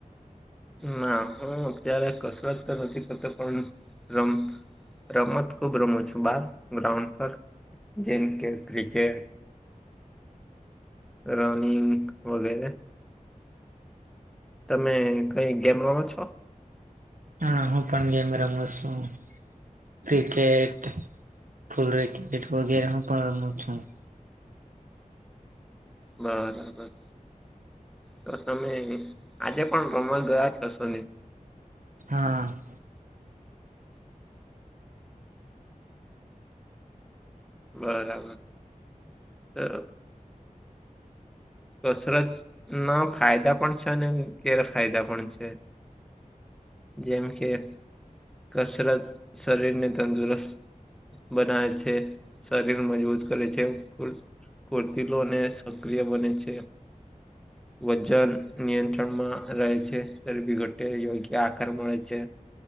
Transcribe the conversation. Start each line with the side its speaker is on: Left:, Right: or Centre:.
Centre: ના હું અત્યારે કસરત તો નથી કરતો પણ રમ રમત ખુબ રમુ છુ બાર ગ્રાઉન્ડ પર જેમ કે ક્રિકેટ રનિંગ વગેરે તમે કઈ ગેમ રમો છો
Right: હા હું પણ ગેમ રમુ છું ક્રિકેટ ફુલરિકટ વગેરે હું પણ રમુ છું
Centre: બરાબર તો તમે આજે પણ રમવા ગયા હસો ને
Right: હા
Centre: બરાબર તો કસરત ના ફાયદા પણ છે અને ગેરફાયદા પણ છે જેમ કે કસરત શરીરને તંદુરસ્ત બનાવે છે શરીર મજબૂત કરે છે કુર્તીલોને ય બને છે વજન નિયંત્રણમાં રહે છે ત્યારે બી ઘટે યોગ્ય આકાર મળે છે